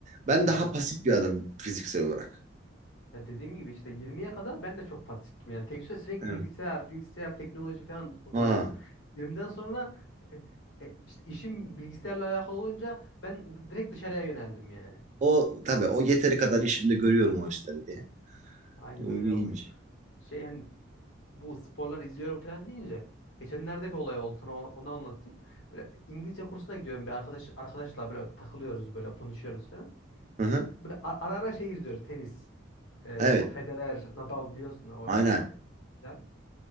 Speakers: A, on the right; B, on the left.
A: Ben
B: Ya,
A: daha pasif bir adamım fiziksel olarak.
B: ya dediğim gibi işte 20'ye kadar ben de çok pasiftim yani. Tek süre sürekli
A: Evet.
B: bilgisayar, bilgisayar, teknoloji falan
A: Ha.
B: dolaşıyordum. 20'den sonra e, e, işte işim bilgisayarla alakalı olunca ben d- direkt dışarıya yöneldim yani.
A: O tabii o yeteri kadar işimde görüyorum o işleri diye.
B: Aynen
A: O
B: öyle
A: iyiymiş.
B: oluyor. Şey hani bu sporları izliyorum falan deyince geçenlerde bir olay oldu sana onu onu anlatayım. Böyle İngilizce kursuna gidiyorum bir arkadaş arkadaşla böyle takılıyoruz böyle konuşuyoruz falan.
A: Hı hı.
B: Böyle a- ara ara şey izliyoruz tenis. Ee,
A: Evet.
B: bu Federer, Nadal biliyorsun o
A: Aynen.
B: a- filan.